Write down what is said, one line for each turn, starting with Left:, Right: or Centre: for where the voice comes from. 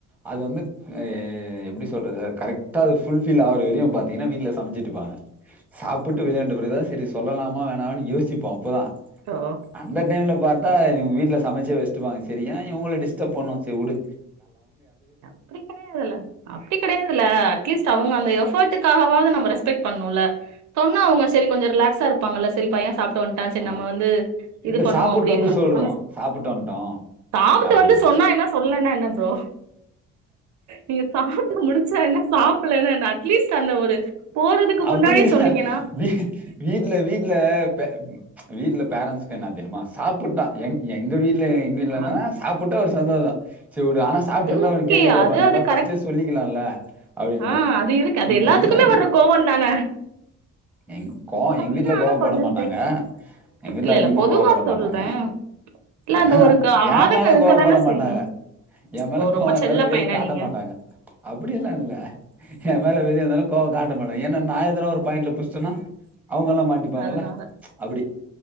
Centre: அது வந்து எப்டி சொல்றது கரெக்டா ஃபுஃபில் ஆவுரவரயு பாத்தீங்கனா வீட்ல சமச்சிட்டுருப்பாங்க சாப்ப விட்டு விளையாண்ட பிறகு தா சரி சொல்லலாமா வேணாமான்னு யோசிப்போ அப்பதா
Right: அச்சோ
Centre: அந்த டைம்ல பாத் எங்க வீ்ட்ல சமைச்சு வச்சுட்டுருப்பாங்க சரி ஏ இவங்கள டிஸ்ட்ரப் பண்ணனு சரி உடு
Right: அப்டி கடையாதுல அப்டி கடையாதுல அட்லீஸ்ட் அவங்க அந்த எஃபோ ர்ட்டு அதுக்காகவாது நம்ம ரெஸ்பெக்ட் பண்ணனுல்ல சொன்னா அவங்க சரி கொஞ்ச ரிலாக்ஸா இருப்பாங்கல்ல சரி பைய சாப் ட்டு வன்ட்டா செரி
Centre: ஆ
Right: நம்ம வந்து இது
Centre: இல்ல
Right: பண்ணுவோ
Centre: சாப்புட்டு
Right: அப்படின்னு
Centre: வந்து சொல்ருவோ
Right: நம்ம
Centre: சாப்புட்டு வந்ட்டோ
Right: சாப்புட்டு
Centre: அப்டின்ட்டு
Right: வந்து சொன்னா என்ன சொல்லேன்னா என்ன ஃப்ரோ நீங்க சாப்ட்டு முடிச்சா என்ன சாப்புலேன்னா என்ன அட்லீஸ்ட் அந்த ஒரு போறதுக்கு
Centre: அப்டி
Right: முன்னாடி
Centre: இல்ல
Right: சொன்னீங்க
Centre: வீ வீட்ல வீட்ல பே வீட்ல ஃபேரன்ட்ஸ்கு என்ன தெரியுமா சாப்புட்டா எங் எங்க வீட் ல இங்க வீட்ல
Right: அ
Centre: என்னன்னா சாப்புட்டா ஒரு சந்தோஷோ செரி வுடு ஆனா சாப்புட்டு
Right: அது
Centre: வந்தா
Right: ஓகே
Centre: ஒரு கேள்வி கேட்பாங்க
Right: அது அது
Centre: ஏன்டா ஃபர்ஸ்ட்டே
Right: கரெக்ட்
Centre: சொல்லிக்கலால்ல அப்டின்ட்டு
Right: ஆ அது இருக்கு அது
Centre: இப்ப
Right: எல்லாத்துக்குமே
Centre: என்ன
Right: வர்ற கோவந் தான
Centre: எங் கோவோ
Right: சொன்னா
Centre: எங்க வீட்டுல கோவப்பட
Right: கொஞ்ச
Centre: மாட்டாங்க
Right: செய்
Centre: எங்க வீட்டுல
Right: இல்ல
Centre: அதிகமா
Right: இல்ல பொதுவா
Centre: கோவப்பட
Right: சொல்றே
Centre: மாட்டாங்க
Right: இல்ல
Centre: ஏ
Right: அந்த ஒரு க
Centre: ஏன்
Right: ஆதங்க
Centre: மேல
Right: இருக்கதான
Centre: கோவப்பட மாட்டாங்க
Right: செய்யு
Centre: ஏ மேல
Right: ஓ ரொம்ப
Centre: கோவோ இருந்தாலு
Right: செல்ல
Centre: வெளிய
Right: பையனா
Centre: காட்ட
Right: நீங்க
Centre: மாட்டாங்க அப்டி எல்லா இல்ல ஏ மேல வெளிய வந்தாலு கோவ காட்ட மாட்டாங்க ஏன்னா நா எதனா ஒரு பாயிண்ட்ல புடிச்சிட்டேன்னா அவுங்கல்லா மாட்டிப்பாங்கல்ல
Right: அதனால
Centre: அப்புடி